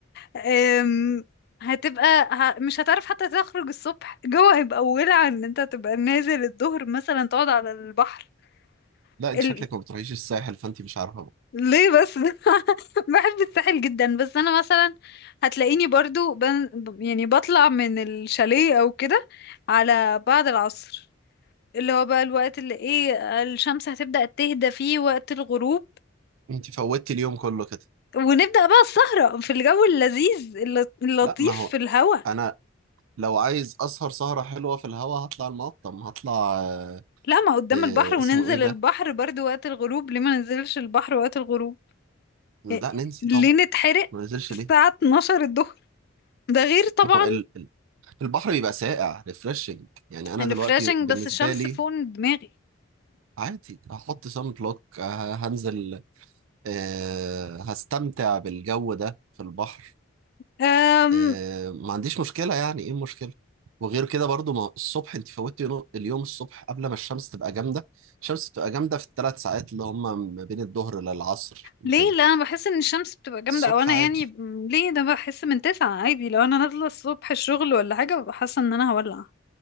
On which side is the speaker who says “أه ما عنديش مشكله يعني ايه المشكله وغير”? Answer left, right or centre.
Right